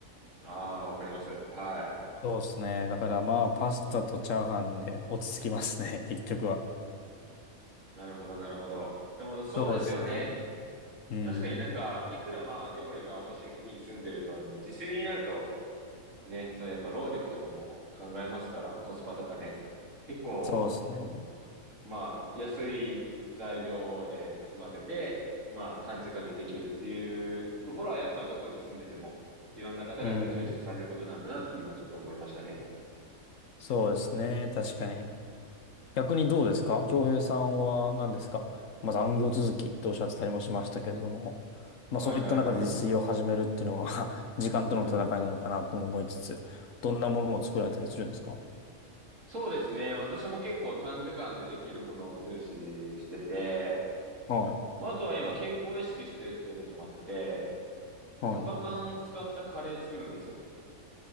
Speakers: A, on the right; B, on the left.
A: ああ、わかります。はい。
B: そうですね。だからまあパスタとチャーハンで落ち着きますね、結局は。
A: なるほど、なるほど。でも、そうですよね。
B: そうですね。うん。
A: 確かになんか、いくらまあ、料理が美味しい国に住んでるとはいえ、自炊になると、ね、そのやっぱ労力とかも考えますから、コスパとかね。結構、
B: そうですね。
A: まあ、安い材料で済ませて、まあ、短時間でできるっていうところは、やっぱどこに住んでても、いろんな方がやっぱ重視されることなんだなって今ちょっと思いましたね。
B: うん。そうですね。確かに。逆にどうですか京平さんは何ですかまず残業続きっておっしゃってたりもしましたけれども、まあそういった中で自炊を始めるっていうのは
A: はいはいはい。
B: <laughs> 時間との戦いなのかなとも思いつつ、
A: うん。
B: どんなものを作られたりするんですか
A: そうですね。私も結構短時間でできるものを重視してて、
B: はい。
A: まあ、あとは今健康を意識してるっていうこともあって、
B: は
A: サバ缶使ったカレー作るんですよ。